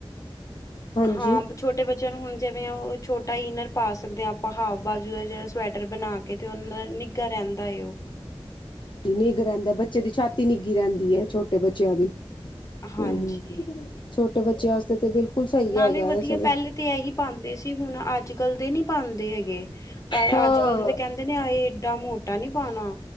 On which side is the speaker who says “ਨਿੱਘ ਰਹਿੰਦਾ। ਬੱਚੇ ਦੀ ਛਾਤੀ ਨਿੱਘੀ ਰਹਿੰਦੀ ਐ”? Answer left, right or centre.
Left